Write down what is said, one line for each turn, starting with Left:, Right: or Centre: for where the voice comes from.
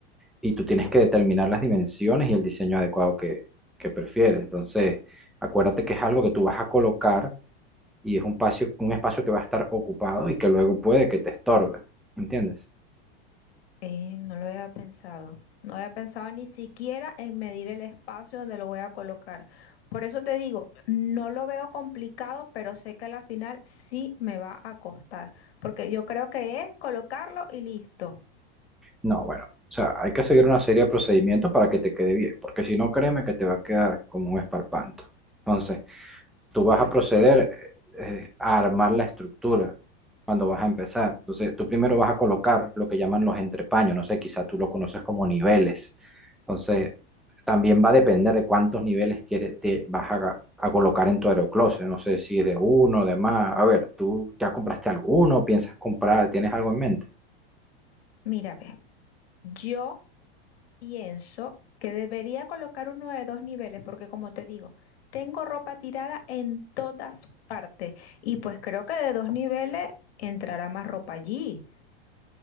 Centre: y tú tienes que determinar las dimensiones y el diseño adecuado que, que prefieres. Entonces, acuérdate que es algo que tú vas a colocar y es un espacio, un espacio que va a estar ocupado y que luego puede que te estorbe, ¿entiendes?
Left: Eh, no lo había pensado. No había pensado ni siquiera en medir el espacio donde lo voy a colocar. Por eso te digo, no lo veo complicado, pero sé que a la final sí me va a costar, porque yo creo que es colocarlo y listo.
Centre: No, bueno, o sea, hay que seguir una serie de procedimientos para que te quede bien, porque si no, créeme que te va a quedar como un esparpanto. Entonces, tú vas
Left: Pues
Centre: a proceder
Left: sí.
Centre: eh, a armar la estructura cuando vas a empezar. Entonces, tú primero vas a colocar lo que llaman los entrepaños, no sé, quizás tú lo conoces como niveles. Entonces, también va a depender de cuántos niveles quiere- te vas a, a colocar en tu aeroclose. No sé si es de uno, de más. A ver, ¿tú ya compraste alguno? ¿Piensas comprar? ¿Tienes algo en mente?
Left: mira, ve, yo Pienso que debería colocar uno de dos niveles, porque como te digo, tengo ropa tirada en todas partes y pues creo que de dos niveles entrará más ropa allí.